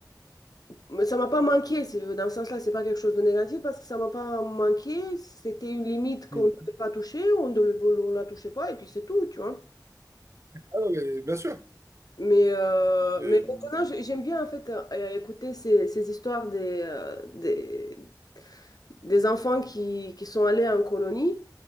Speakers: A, on the left; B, on the right.
A: Mais ça m'a pas manqué, c'est- dans ce sens-là, c'est pas quelque chose de négatif parce que ça m'a pas manqué. C'était une limite qu'on
B: Hmm.
A: ne devait pas toucher, on ne le- on la touchait pas et puis c'est tout, tu vois.
B: Ah non, mais bien sûr.
A: Mais, euh,
B: Euh,
A: mais maintenant, j'ai- j'aime bien en fait euh, écouter ces, ces histoires des, euh, des, des enfants qui, qui sont allés en colonie